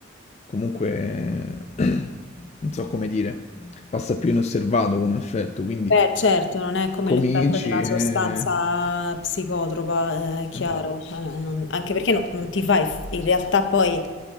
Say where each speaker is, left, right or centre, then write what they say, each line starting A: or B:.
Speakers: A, on the left; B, on the left.
A: comunque <clears throat> non so come dire, passa più inosservato come effetto, quindi
B: Beh, certo, non è come
A: cominci
B: l'effetto di una
A: e...
B: sostanza psicotropa, eh, è chiaro,
A: Esatto.
B: eh, non- anche perché no- non ti fa, eff- in realtà poi